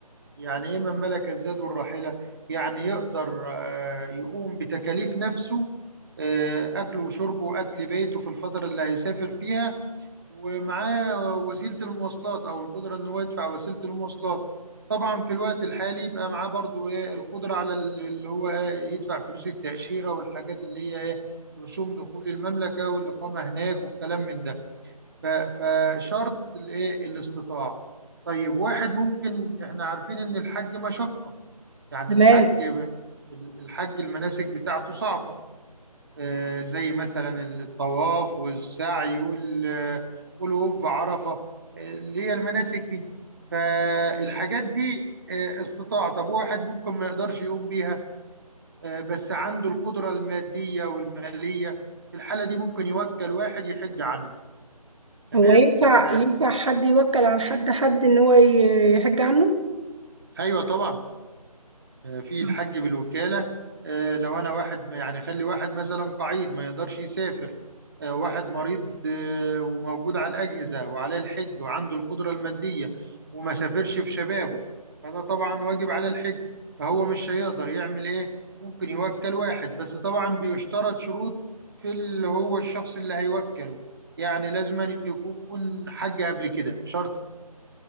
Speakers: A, on the right; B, on the right.
A: يعني إيه من ملك الزاد والراحلة؟ يعني يقدر آه، يقوم بتكاليف نفسه آه، أكله وشربه وأكل بيته في الفترة اللي هيسافر فيها ومعاه وسيلة المواصلات أو القدرة إن هو يدفع وسيلة المواصلات طبعا في الوقت الحالي يبقى معاه برضو إيه القدرة على ال- اللي هو إيه يدفع فلوس التأشيرة والحاجات اللي هي إيه رسوم دخول المملكة والإقامة هناك والكلام من ده ف- فشرط الإيه الاستطاعة طيب واحد ممكن إحنا عارفين إن الحج مشقة يعني
B: تمام
A: الحج الحج المناسك بتاعته صعبة آه، زي مثلا الطواف والسعي وال- والوقوف بعرفة آه، اللي هي المناسك دي فالحاجات دي آه، استطاعة طب واحد ممكن ما يقدرش يقوم بيها آه، بس عنده القدرة المادية والمالية في الحالة دي ممكن يوكل واحد يحج عنه تمام
B: هو ينفع
A: ف-
B: ينفع حد يوكل عن حد حد إن هو ي- يحج عنه؟
A: ايوه طبعا آه، في
B: نعم.
A: الحج بالوكالة آه، لو أنا واحد يعني خلي واحد مثلا قعيد ما يقدرش يسافر آه، واحد مريض آه، وموجود على الأجهزة وعليه الحج وعنده القدرة المادية وما سافرش في شبابه فده طبعا واجب على الحج فهو مش هيقدر يعمل إيه ممكن يوكل واحد بس طبعا بيشترط شروط في اللي هو الشخص اللي هيوكله يعني لازم أن يكون حج قبل كده شرط